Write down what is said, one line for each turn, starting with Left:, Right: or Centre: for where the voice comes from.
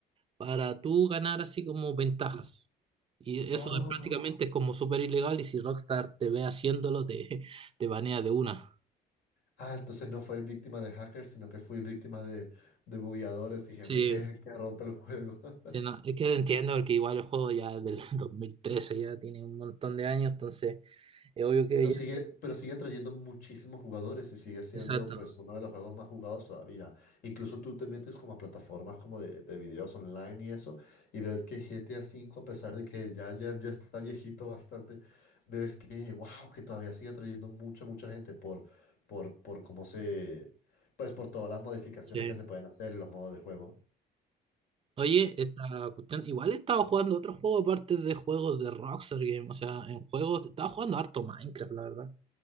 Right: para tú ganar así como ventajas. Y
Left: Oh.
Right: eso es prácticamente es como súper ilegal y si Rockstar te ve haciéndolo, te, <laughs> te banea de una.
Left: Ah, entonces no fue víctima de hackers, sino que fui víctima de, de bugueadores y gente
Right: Sí,
Left: que, que rompe el juego.
Right: sí, no, es que entiendo porque igual el juego ya es del <laughs> 2013, ya tiene un montón de años, entonces es obvio que
Left: Pero
Right: ya...
Left: sigue, pero sigue atrayendo muchísimos jugadores y sigue siendo
Right: Exacto.
Left: pues uno de los juegos más jugados todavía. Incluso tú te metes como a plataformas como de, de videos online y eso, y ves que GTA V, a cinco, a pesar de que ya, ya, ya está viejito bastante, ves que, wow, que todavía sigue atrayendo mucha, mucha gente por, por, por cómo se, pues por todas las modificaciones
Right: Sí.
Left: que se pueden hacer en los modos de juego.
Right: Oye, esta cuestión, igual he estado jugando otro juego aparte de juegos de Rockstar Games, o sea, en juegos, estaba jugando harto Minecraft, la verdad.